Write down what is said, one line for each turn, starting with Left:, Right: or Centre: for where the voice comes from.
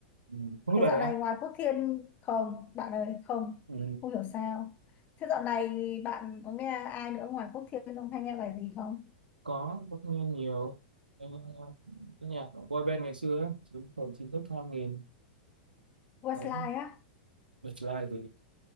Right: Ừ. Không
Left: thế
Right: biết bài
Left: dạo
Right: đấy à?
Left: này ngoài Quốc Thiên không bạn ơi không
Right: Ừ.
Left: không hiểu sao thế dạo này bạn có nghe ai nữa ngoài Quốc Thiên không hay nghe bài gì không
Right: Có, có nghe nhiều Ờ, cái nhạc của boy band ngày xưa ấy, chúng tôi chỉ thích hai nghìn
Left: Westlife
Right: đó
Left: á
Right: bật lại thì